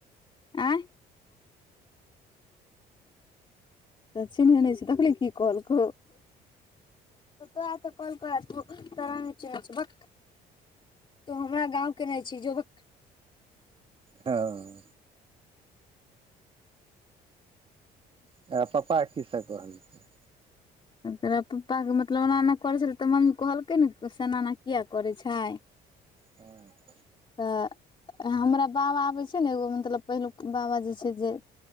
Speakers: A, on the left; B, on the right.
A: एं <unintelligible> तऽ चिन्हे नै छै देखलिही की कहलकौ तऽ ता कहलको रहे तोरा नै चिन्है छियै बक तो हमरा गाँव के नै छी जो <inaudible> भक।
B: हँ अकरा पापा किय सब कहलकै
A: एकरा पप्पाके मतलब ओना एना करै छलै तऽ मम्मी कहलकै ने से एना एना किएक करै छै।
B: हऽ
A: तऽ हमरा बाबा आबै छै ने एगो मतलब पहिलुक बाबा जे छै जे।